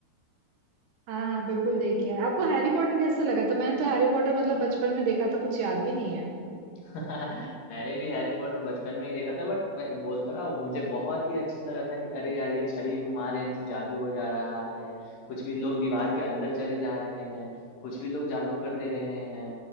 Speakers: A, on the right (about 75°); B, on the left (about 65°).
A: हाँ हाँ बिल्कुल देखिए आपको हैरी पॉटर कैसे लगा था मैंने तो हैरी पॉटर मतलब बचपन में देखा था कुछ याद भी नहीं है
B: <laughs> मैंने भी हैरी पॉटर बचपन में ही देखा था बट मैं बोल तो रहा हूँ मुझे बहुत ही अच्छा लगा था कि अरे यार ये छड़ी घुमा रहे हैं तो जादू हो जा रहा है कुछ भी लोग दीवार के अंदर चले जा रहे हैं कुछ भी लोग जादू कर दे रहे हैं